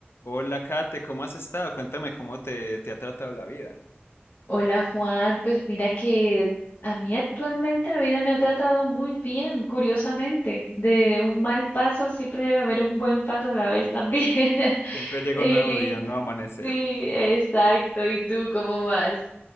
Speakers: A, on the left (about 80°); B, on the left (about 55°).
A: Hola, Kate, ¿cómo has estado? Cuéntame cómo te, te ha tratado la vida.
B: Hola Juan, pues mira que a mí actualmente la vida me ha tratado muy bien, curiosamente. De un mal paso siempre debe haber un buen paso a la vez también. <laughs>
A: Siempre llega
B: Y-
A: un nuevo día, un nuevo amanecer.
B: sí, exacto. ¿Y tú cómo vas?